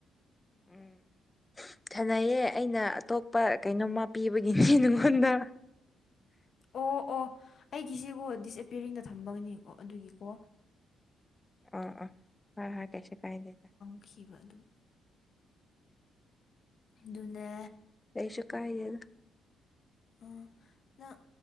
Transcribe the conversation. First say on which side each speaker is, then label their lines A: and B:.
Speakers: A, on the left; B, on the left.
A: ꯎꯝ ꯈꯅꯩꯌꯦ ꯑꯩꯅ ꯑꯇꯣꯞꯄ ꯀꯩꯅꯣꯝꯃ ꯄꯤꯕꯒꯤꯅꯦ ꯅꯉꯣꯟꯗ
B: ꯑꯣ ꯑꯣ ꯑꯩꯒꯤꯁꯤꯀꯣ ꯗꯤꯁꯑꯄꯤꯌꯔꯤꯡꯗ ꯊꯝꯕꯒꯤꯅꯦꯀꯣ ꯑꯗꯨꯒꯤꯀꯣ
A: ꯑꯥ ꯑꯥ ꯍꯣꯏ ꯍꯥ ꯀꯁ ꯀꯥꯏ ꯗ
B: ꯈꯤꯕ ꯑꯗꯨꯝ ꯑꯗꯨ ꯑꯗꯨꯅꯦ
A: ꯀꯩꯁꯨ ꯀꯥꯏꯗꯦꯗ
B: ꯑꯥ ꯅꯪ